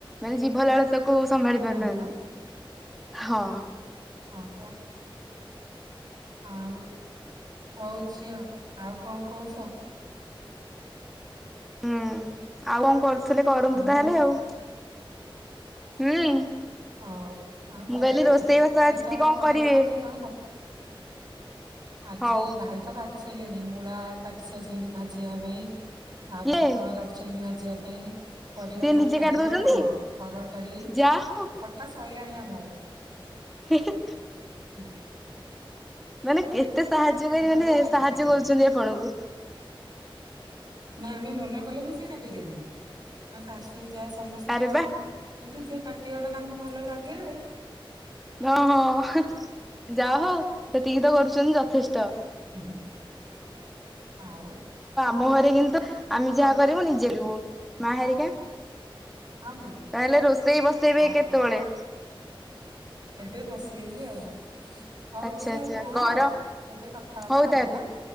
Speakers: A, in the centre; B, on the right (about 50°).
A: ମାନେ ଜୀଭଲାଳସା କୁ କୋଉ ସମ୍ଭାଳି ପାରୁନାହାନ୍ତି
B: ହଁ ପା
A: ହଁ
B: ହଁ ବା ଆଉ ହଉ ଝିଅ ଆଉ କଣ କହୁଛ
A: ହୁଁ ଆଉ କଣ କରୁ ଆସ କରନ୍ତୁ
B: ହ୍ୟାଲୋ
A: ତାହେଲେ ଆଉ ହୁଁ
B: ହଉ ଆଉ
A: ମୁଁ
B: କରେ
A: କହିଲି ରୋଷେଇ ବାସ ଆଜି
B: କେତେବେଳେ
A: କଣ
B: କରିବ
A: କରିବେ?
B: ଆଉ କେତେବେଳେ କଥା ଆଜି
A: ହଉ
B: ଭାଇ ତ କାଟି କାଟି ସାରିଲେଣି ମୂଳା କାଟି ସାରିଛନ୍ତି ଭାଜିବା ପାଇଁ ଆଉ
A: କିଏ
B: ପୋଟଳ କାଟିଛନ୍ତି ଭା ଯିବା ପାଇଁ ପରିବା
A: ସିଏ
B: ତରକାରୀ
A: ନିଜେ କାଟି ଦଉଛନ୍ତି
B: ହଁ ହରଡ଼ ଡାଲି
A: ଯା ହଉ
B: କଟା ସ ସଇଲାଣି ଆମର
A: ହେଁ ହେଁ
B: ହୁଁ ହୁଁ
A: ମାନେ କେତେ ସାହାଯ୍ୟକାରୀ ମାନେ
B: ରହିଲେ କାଟି
A: ସାହାଯ୍ୟ
B: ଦିଅନ୍ତି।
A: କରୁଛନ୍ତି ଆପଣକୁ
B: ନା ଆମେ ମନା କଲେ ବି ସେ କାଟି ଦିଅନ୍ତି ଆଉ ଶାଶୁ ଯା ସମସ୍ତେ
A: ଆରେ
B: ଅଛନ୍ତି
A: ବା
B: କିନ୍ତୁ ଯିଏ ତିଓଟା ତାଙ୍କୁ ଭଲ ଲାଗେ <unintelligible>
A: ହ ହଁ ଯା ହଉ ସେତିକି ତ କରୁଛ ନ୍ ଯଥେଷ୍ଟ।
B: <inaudible> ହଉ।
A: ମୁହଁରେ କିନ୍ତୁ ଆମେ
B: ହଉ
A: ଯାହା କରିବୁ ନିଜେ ରହୁ
B: ହୁଁ,
A: ମା ହେରିକା
B: ହଁ କି
A: ତାହେଲେ ରୋଷେଇ ବସେଇବେ
B: ହଉ
A: କେତେବେଳେ?
B: ଏବେ ବସେଇବି ଆଉ । ହଉ
A: ଆଚ୍ଛା
B: ଝିଅ
A: ଆଚ୍ଛା
B: ରୁହ
A: ଗରମ
B: କେବେ କଥା ହବା
A: ହଉ
B: ଆଉ
A: ତାହେଲେ।
B: ଆ ।